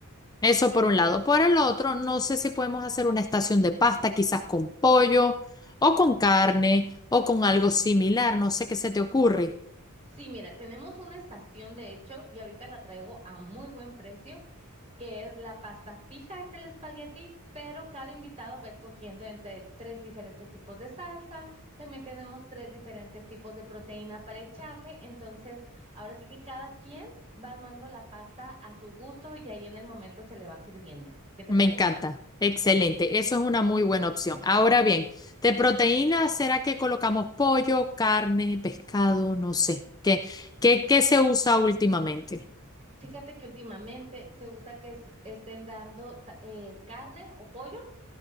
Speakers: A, on the left (about 15°); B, on the right (about 30°).
A: Eso
B: Perfecto.
A: por un lado. Por el otro, no sé si podemos hacer una estación de pasta, quizás con pollo o con carne o con algo similar, no sé qué se te ocurre.
B: Sí, mira, tenemos una estación de hecho y ahorita la traigo a muy buen precio, que es la pasta fija, es el espagueti, pero cada invitado va escogiendo entre tres diferentes tipos de salsa. También tenemos tres diferentes tipos de proteína para echarle. Entonces, ahora sí que cada quien va armando la pasta a su gusto y ahí en el momento se le va sirviendo. ¿Qué te
A: Me
B: parece?
A: encanta. Excelente. Eso es una muy buena opción. Ahora bien, de proteínas, ¿será que colocamos pollo, carne, pescado? No sé. ¿Qué, qué, qué se usa últimamente?
B: Fíjate que últimamente se usa que es- estén dando ta- eh, carne o pollo